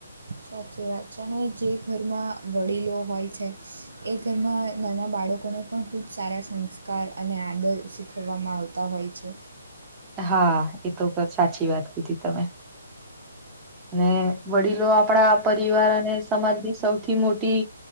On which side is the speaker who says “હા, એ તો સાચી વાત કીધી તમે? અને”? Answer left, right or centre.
Right